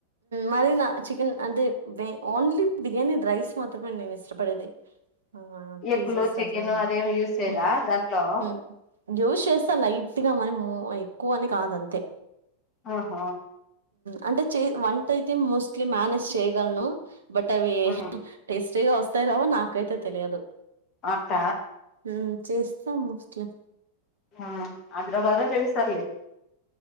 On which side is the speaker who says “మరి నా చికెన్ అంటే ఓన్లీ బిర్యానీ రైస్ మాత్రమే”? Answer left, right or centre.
Right